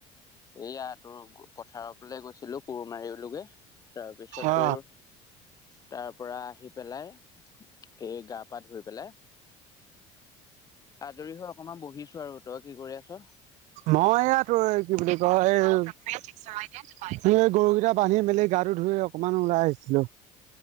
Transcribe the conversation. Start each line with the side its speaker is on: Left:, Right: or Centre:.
Left: এইয়া তোৰ পথাৰফেলে গৈছিলো কোৰ মাৰিলোগে। তাৰপিছত
Right: অ
Left: তোৰ তাৰপৰা আহি পেলাই এই গা-পা ধুই পেলাই। আজৰি হৈ অকমান বহিছো আৰু। তই কি কৰি আছ?
Right: মই এইয়া তোৰ কি বুলি কয় এই গৰুকেইটা বান্ধি মেলি গাটো ধুই অকনমান ওলাই আহিছিলো।